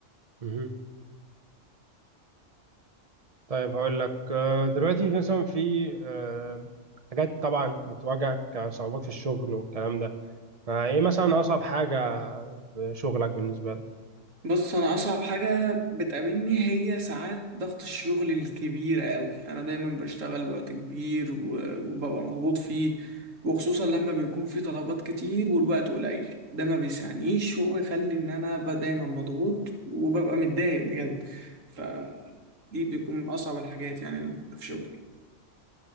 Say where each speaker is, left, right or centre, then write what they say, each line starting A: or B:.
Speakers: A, on the right; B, on the right.
A: مهم. طيب هقول لك آه، دلوقتي في مثلا في آه، حاجات طبعا بتواجهك كصعوبات في الشغل والكلام ده فايه مثلا اصعب حاجه في شغلك بالنسبه لك
B: بص انا اصعب حاجه بتقابلني هي ساعات ضغط الشغل الكبيره قوي انا دايما بشتغل وقت كبير و- وببقى مضغوط فيه وخصوصا لما بيكون في طلبات كتير والوقت قليل ده ما بيسعنيش وبيخلي ان انا ابقى دايما مضغوط وببقى متضايق بجد فدي بيكون من اصعب الحاجات يعني اللي موجودة في شغلي